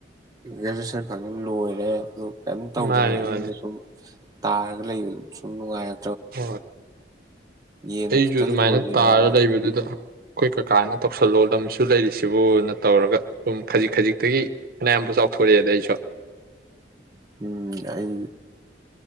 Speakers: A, on the right; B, on the right.
A: ꯒ꯭ꯔꯦꯖꯨꯌꯦꯦꯁꯟ ꯐꯪꯉꯤ ꯂꯣꯏꯔꯦ ꯑꯗꯨ ꯀꯝ ꯇꯧꯗꯅ
B: ꯃꯥꯅꯤ ꯃꯥꯅꯤ
A: ꯌꯨꯝꯗ ꯁꯨꯝ ꯇꯥꯔꯒ ꯂꯩꯕ ꯑꯗꯨ ꯁꯨꯝ ꯅꯨꯡꯉꯥꯏꯔ
B: ꯍꯣꯏ
A: ꯌꯦꯟ
B: ꯑꯩꯁꯨ
A: ꯈꯤꯇ
B: ꯑꯗꯨꯃꯥꯏꯅ
A: ꯂꯣꯏꯁꯤꯔꯅ
B: ꯇꯥꯔ ꯂꯩꯕꯗꯨꯗ ꯑꯩꯈꯣꯏ ꯀꯀꯥꯅ ꯇꯧꯁꯜꯂꯣ ꯂꯝꯁꯨ ꯂꯩꯔꯤꯁꯤꯕꯨꯅ ꯇꯧꯔꯒ ꯑꯗꯨꯝ ꯈꯖꯤꯛ ꯈꯖꯤꯛꯇꯒꯤ ꯐꯅꯌꯥꯝꯕꯨ ꯆꯥꯎꯊꯣꯔꯛꯑꯦꯗ ꯑꯩꯁꯨ
A: ꯎꯝ ꯑꯩ